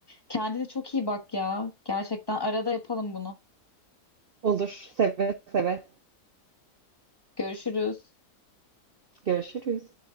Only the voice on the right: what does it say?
Olur, seve seve.
Görüşürüz.